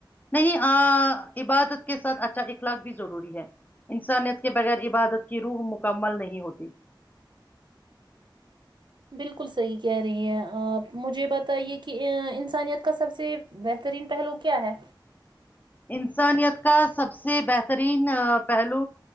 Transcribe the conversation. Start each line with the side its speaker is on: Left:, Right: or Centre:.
Left: نہیں نہیں ا عبادت کے ساتھ اچھا اخلاق بھی ضروری ہے انسانیت کے بغیر عبادت کی روح مکمل نہیں ہوتی
Right: بالکل صحیح کہہ رہی ہے آپ مجھے بتائیے کہ انسانیت کا سب سے بہترین پہلو کیا ہے
Left: انسانیت کا سب سے بہترین پہلو